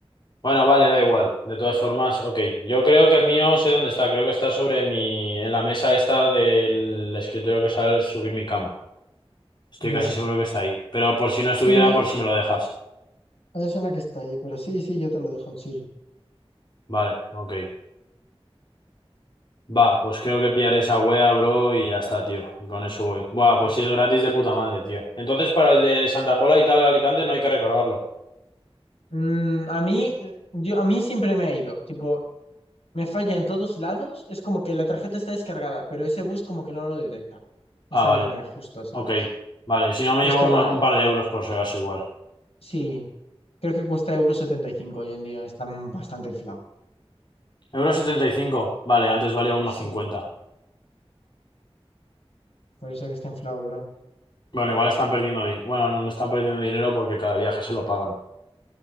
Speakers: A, on the left (about 50°); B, on the left (about 70°).
A: Bueno, vale, da igual. De todas formas, ok. Yo creo que el mío sé dónde está. Creo que está sobre mi... en la mesa esta del escritorio que sale al subir mi cama. Estoy
B: ya.
A: casi seguro que está ahí. Pero por si no estuviera,
B: Sí, me,
A: por si me lo dejas.
B: me suena que está ahí, pero sí, sí, yo te lo dejo chill.
A: Vale, ok. Va, pues creo que pillaré esa wea, bro, y ya está, tío. Y con eso voy. Buah,
B: Ya.
A: pues si es gratis de puta madre, tío. Entonces para el de Santa Pola y tal, Alicante, no hay que recargarlo.
B: Mm, a mí, eh, yo, a mí siempre me ha ido, tipo, me falla en todos lados, es como que la tarjeta está descargada, pero ese bus como que no lo detecta, esa
A: Ah, vale.
B: línea justo, ¿sabes?
A: Ok. Vale, si no me
B: Esto
A: llevo unos-
B: raro.
A: un par de euros por si acaso igual.
B: Sí. Creo que cuesta euro 75 hoy en día. Está mm, bastante inflado.
A: Euro 75, Vale, antes valía uno
B: Sí.
A: cincuenta.
B: Por eso que está inflado, bro.
A: Bueno, igual están perdiendo dinero. Bueno, no no están perdiendo dinero porque cada viaje se lo pagan.